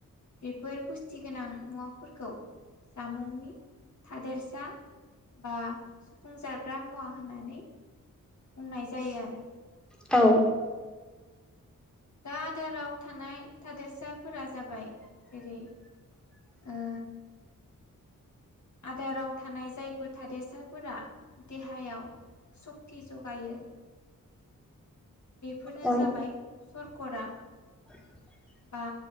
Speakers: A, on the left; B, in the centre.
A: बेफोर पुस्टिगोनां मुवाफोरखौ जामुंनि थादेरसा बा सुफुं जाग्रा मुवा होननानै बुंनाय जायो आरो
B: औ
A: दा आदाराव थानाय थादेरसाफोरा जाबाय जेरै ओ आदाराव थानाय जायफोर थादेरसाफोरा देहायाव सक्ति जगायो बेफोरनो
B: औ
A: जाबाय सरकरा
B: <inaudible>
A: बा